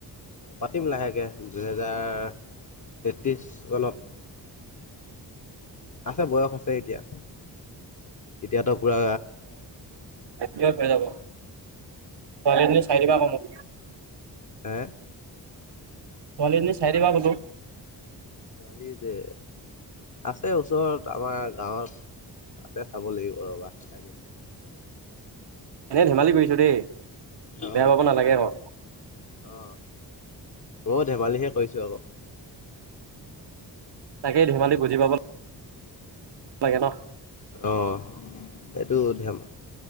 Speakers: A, on the left; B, on the right.
A: পাতিম লাহেকৈ দুহেজাৰ তেত্ৰিছ মানত। আছে বয়স আছে এতিয়া এতিয়াতো পূৰা
B: এটি অল থৈ যাব। ছোৱালী এজনী
A: অ
B: চাই দিবা
A: তেত
B: আকৌ মোক
A: হে
B: ছোৱালী এজনী চাই দিবা বোলো।
A: ছোৱালী যে আছে ওচৰত আমাৰ গাঁৱত আছে চাব লাগিব ৰ'বা চাই দিম।
B: এনেই ধেমালি কৰিছো দেই বেয়া
A: অ
B: পাব নালাগে ক।
A: অ মইয়ো ধেমালিহে কৰিছো আক।
B: তাকেই ধেমালি বুজি পাব- লাগে ন।
A: অ এইটো ধেম